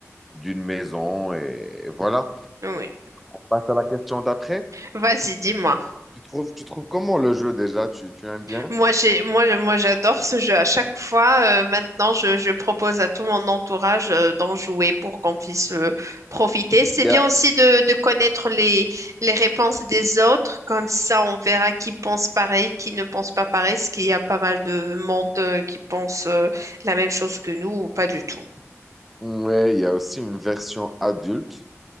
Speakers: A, in the centre; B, on the right.
A: d'une maison. Et voilà.
B: Oui.
A: On passe à la question d'après.
B: Vas-y, dis-moi.
A: Tu trouves, tu trouves comment le jeu déjà? Tu, tu aimes bien?
B: Moi, j'ai, moi, je- moi, j'adore ce jeu. À chaque fois, euh, maintenant, je, je propose à tout mon entourage, euh, d'en jouer pour qu'on puisse, euh, profiter. C'est
A: Il
B: bien
A: y a,
B: aussi de, de connaître les, les réponses des autres. Comme ça, on verra qui pense pareil, qui ne pense pas pareil, parce qu'il y a pas mal de monde, euh, qui pense, euh, la même chose que nous ou pas du tout.
A: ouais, il y a aussi une version adulte